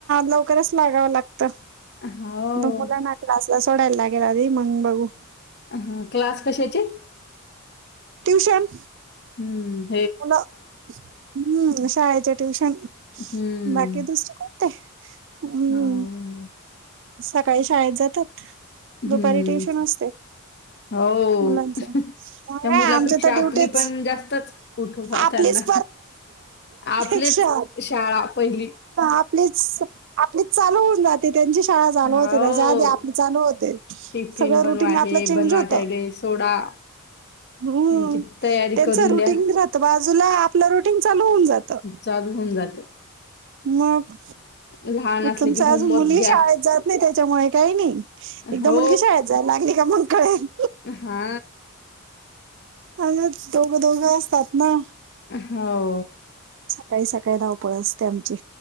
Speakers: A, on the right; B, on the left.
A: लवकरच लागावं लागतं
B: हो.
A: मुला ना क्लासला सोडाय लागेल मंग बघू
B: ह क्लास कशाचे
A: ट्यूशन
B: हम्म
A: ला हम्म शाळेचे ट्युशन
B: हं.
A: बाकी दुसर कोण ते हम्
B: हो.
A: सकाळी शाळेत जातात
B: हं.
A: दुपारी ट्युशन असते
B: हो.
A: मुलांच
B: त्या मुलापेक्षा
A: आमचे तर ड्युटेच
B: आपली पण जास्तच उठोबा
A: आपलीच
B: त्यांना. आपलीच
A: क्षा
B: शाळा पहिली.
A: आपलीच ी चालू होऊन जाते त्यांची शाळा जाण
B: हो.
A: होते त्याच्या आधी आपले जाणू होते
B: टिफिन
A: सगळं
B: बनवा,
A: रुटीग आपलं
B: हे
A: चेंज
B: बनवा,
A: होत
B: त्याले सोडा.
A: हम्म
B: यांची तयारी
A: त्यांच
B: करून
A: रुटीन
B: द्या.
A: राहत बाजूला आपलं रुटीग चालू होऊन जातं.
B: चालू होऊन जाते
A: मग
B: लहान असले
A: तुमचा
B: की होमवर्क
A: आज मुलगी
B: घ्या.
A: शाळेत जात नाही त्याच्यामुळे काही नाही एकदा
B: हो.
A: मुलगी शाळेत जायला लागली का कळेल
B: हा
A: अ दोघं दोघं असतात ना
B: हो
A: काही सकाळी धावपळ असते आमची